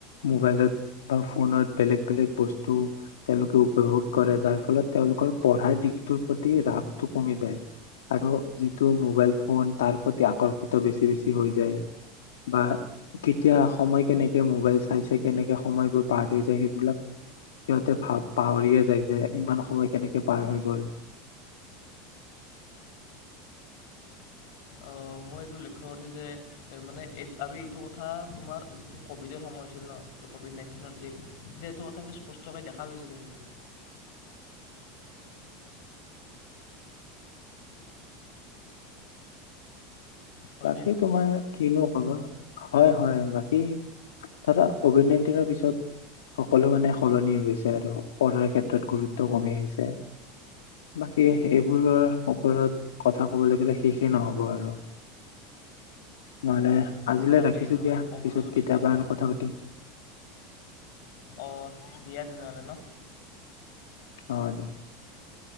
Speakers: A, on the left; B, on the left.
A: মোবাইলত বা ফোনত বেলেগ বেলেগ বস্তু তেওঁলোকে উপভোগ কৰে যাৰ ফলত তেওঁলোকৰ পঢ়াৰ দিশটোৰ প্ৰতি ৰাপটো কমি যায় আৰু যিটো মোবাইল ফোন তাৰ প্ৰতি আকৰ্ষিত বেছি বেছি হৈ যায় বা কেতিয়া সময় কেনেকে মোবাইল চাইছে কেনেক সময়বোৰ পাৰ হৈ যায় সেইবিলাক সিহঁতে পাহৰিয়ে যায় যে ইমান সময় কেনেকে পাৰ হৈ গল
B: অ মই এইটো লক্ষ্য কৰিছোঁ যে মানে এই আৰু এইটো কথা তোমাৰ যিটো ক'ভিডৰ সময় হৈছিল ন যিটো ক'ভিড নাইন্তিনৰ হৈছিল তেতিয়া এইটো কথাখি স্পষ্টকৈ দেখা গৈছিল কিন্তু হয়নে
A: বাকী তোমাৰ কিনো হয় হয় বাকী ধৰা কভিড নাইনটিনৰ পিছত সকলো মানে সলনি গৈছে আৰু পঢ়াৰ ক্ষেত্ৰত গুৰুত্ব কমি আহিছে বাকী এইবোৰৰ ওপৰত কথা কবলৈ গলে শেষে নহ'ব আৰু নহলে আজিলৈ
B: তাকেইটো
A: ৰাখিছো দিয়া
B: কবলৈ
A: পিছত
B: গলেতো
A: কেতিয়াবা
B: শেষে
A: আৰু
B: নহব
A: কথা পাতিম
B: অ দিয়া তেনেহ'লে ন
A: অ দিয়া